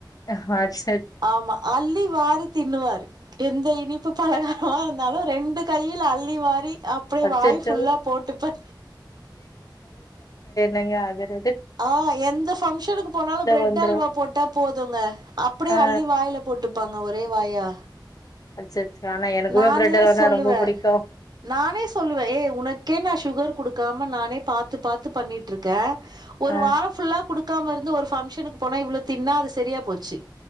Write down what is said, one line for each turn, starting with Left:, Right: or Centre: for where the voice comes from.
Left: அஹ் ஹார்ஷ்
Right: ஆமா அள்ளி வாரிக் திண்ணுவாரு எந்த இனிப்பு பலகாரமாருந்தாலு ரெண்டு கையில அள்ளி வாரி அப்டியே
Left: அச்சச்சோ
Right: வாய் ஃபுல்லா போட்டுப்ப
Left: நங்க அதிர
Right: ஆ எந்த ஃபங்ஷனுக்கு போனாலு ப்ரெட்
Left: வந்துரு
Right: அல்வா போட்டா போதுங்க அப்புடியே
Left: ஆ
Right: அள்ளி வாயில போட்டுப்பாங்க ஒரே வாயா.
Left: அச்சச்சோ ஆனா எனக்குமே
Right: நானே
Left: பிரெட் அல்வானா
Right: சொல்லுவே
Left: ரொம்ப புடிக்கு
Right: நானே சொல்லுவே ஏ உனக்கே நா ஷுகர் குடுக்காம நானே பாத் த்து பாத்து பண்ணிட்ருக்க ஒரு
Left: ஆ
Right: வார ஃபுல்லா குடுக் க்காம இருந்து ஒரு ஃபங்ஷனுக்கு போனா இவ்ளோ தின்னா அது சரியா போச்சி